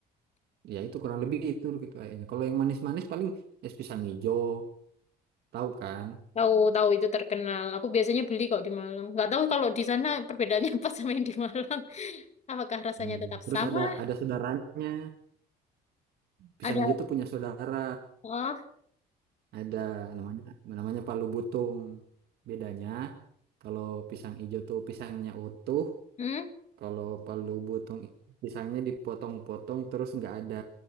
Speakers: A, on the right; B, on the left.
A: Ya itu kurang lebih itu gitu kayaknya. Kalau yang manis-manis paling es pisang hijau, tahu kan?
B: Tahu tahu itu terkenal. Aku biasanya beli kok di Malang. Nggak tahu kalau di sana perbedaannya <laughs> apa sama yang di Malang. Apakah rasanya
A: Hmm.
B: tetap
A: Terus
B: sama?
A: ada ada saudaranya. Pisang
B: Ada
A: hijau tuh punya saudara.
B: oh,
A: Ada namanya namanya Palu Butung. Bedanya kalau pisang hijau tuh pisangnya utuh,
B: hmm?
A: kalau Palu Butung itu pisangnya dipotong-potong terus nggak ada